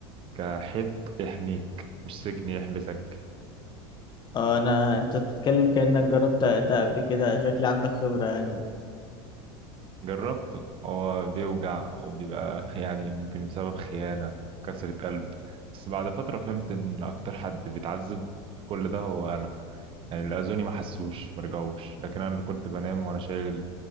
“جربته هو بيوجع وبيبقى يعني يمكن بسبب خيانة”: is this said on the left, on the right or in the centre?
Right